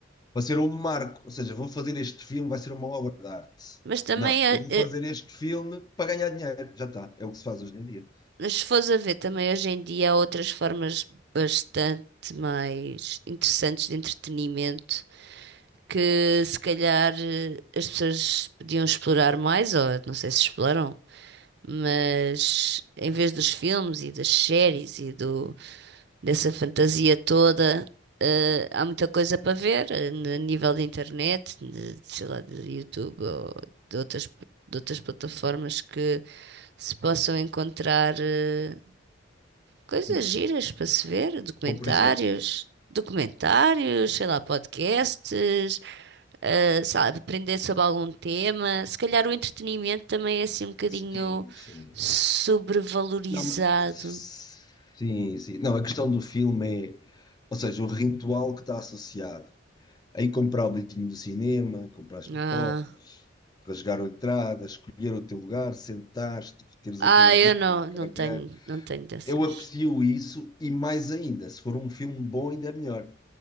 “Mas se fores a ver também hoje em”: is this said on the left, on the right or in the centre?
Right